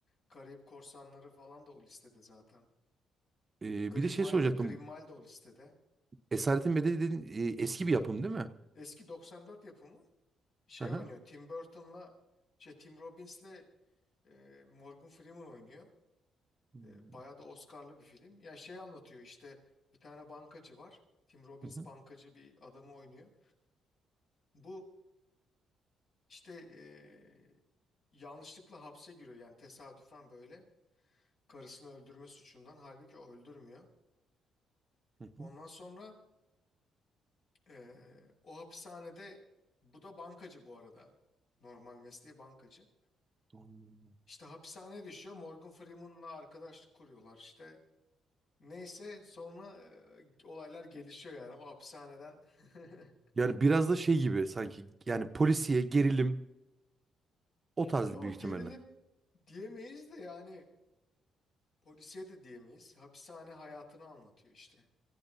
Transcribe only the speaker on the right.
Ee,
bir de şey
soracaktım.
Esaretin Bedeli dedin e, eski bir yapım değil mi?
Hı hı.
Hmm.
Hı hı.
Hı hı.
Anladım.
Yani biraz da şey gibi sanki yani polisiye gerilim o tarz
büyük
ihtimalle.